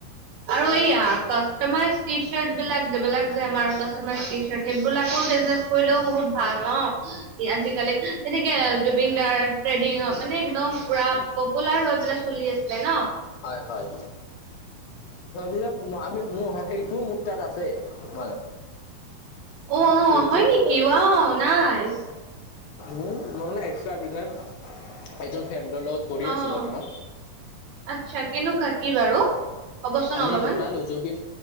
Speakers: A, on the right; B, on the left.
A: আৰু এইয়া কাষ্টমাইজ টি চাৰ্ট বিলাক যিবিলাক যে আমাৰ কাষ্টমাইজ টি চাৰ্ট সেইবিলাকো বিজনেচ কৰিলেও বহুত ভাল ন আজিকালি যেনেকে জুবিন দাৰ ট্ৰেডিংত মানে একদম পুৰা পপুলাৰ হৈ পেলাই চলি আছিলে ন
B: হয় হয় সেইবিলাক উ আমি উ সেইটো মোৰ তাত আছে মানে
A: অ অ
B: সেইটো
A: হয় নেকি
B: মোৰ তাত আছে
A: ৱাউ নাইচ
B: উম মই মানে এক্সা বিজনেছ এজন ফ্ৰেণ্ডৰ লগত কৰি
A: অ আচ্ছা
B: আছো বৰ্তমান
A: কেনেকুৱা কি বাৰু ক'বচোন
B: আমি
A: অলপমান
B: বনালো জুবিন